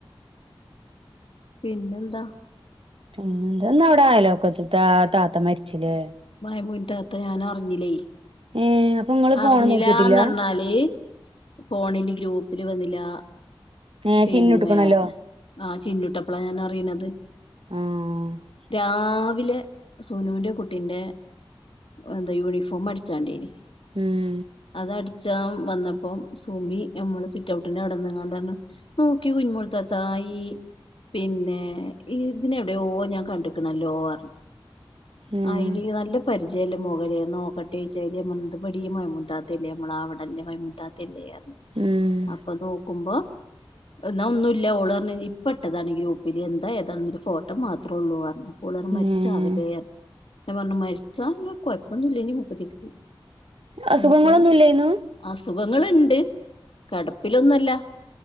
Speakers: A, on the left; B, on the right.
A: പിന്നെന്താ
B: പിന്നെന്താ ന്നവ്ടയലോക്ക്ത്താ താത്ത മരിച്ചിലേ
A: മൈമൂൻതാത്ത ഞാൻ അർഞ്ഞിലേയ്
B: ഏഹ് അപ്പൊ ഇങ്ങള്
A: അറിഞ്ഞിലാന്ന്ർഞ്ഞാല്
B: ഫോണ് നോക്കിട്ടില്ല
A: ഫോണില് ഗ്രൂപ്പില് വന്നിലാ
B: ഏഹ്
A: പിന്നെ
B: ചിന്നുട്ട്ക്കണല്ലോ
A: ആ ചിന്നുട്ടപ്പളാ ഞാൻ അറീണത്
B: ആഹ്
A: രാവിലെ സുനുന്റെ കുട്ടിന്റെ എന്താ യൂണിഫോം അടിച്ചാണ്ടെയ്ന്ന്
B: ഉം
A: അത അടിച്ചാം വന്നപ്പം സുമി നമ്മള് സിറ്റ് ഔട്ടിന്റെ അവിടെന്ന്ങ്ങാണ്ട് പറഞ്ഞു നോക്കിം കുഞ്ഞുമോൾ താത്ത ഈ പിന്നെ ഇതിനെവിടെയോ ഞാൻ കണ്ട്ക്കണല്ലോ പറഞു.
B: ഏഹ്
A: അയില് നല്ല പരിചയമുളള മൊഖല്ലെ ഞാൻ നോക്കട്ടെ <unintelligible> അതില് ഞാൻ പറഞ്ഞു ഇത് പടി മൈമൂന താത്ത അല്ലെ. നമ്മളെ അവിടെല്ല മൈമൂന താത്ത അല്ലെ
B: ഉം
A: അപ്പോ നോക്കുമ്പോ ന്നാ ഒന്നുല്ല ഓളർഞ്ഞു ഇപ്പട്ടതാണ് ഗ്രൂപ്പിൽ എന്താ ഏതാന്നൊന്നുല്ല ഫോട്ടം മാത് ത്രൊള്ളൂ പർഞ് മരിച്ചാവലേർഞ്
B: ഏഹ്
A: ഞാൻ പറഞ്ഞു മരിച്ചാ കൊഴപ്പൊന്നു െല്ലയ്ന്നു ഇനി മുപ്പതിക്ക്
B: അസുഖങ്ങളൊന്നുല്ലേയ്ന്നു
A: ഇനിയിപ്പോ അസുഖങ്ങളുണ്ട് കടപ്പിലൊന്നല്ല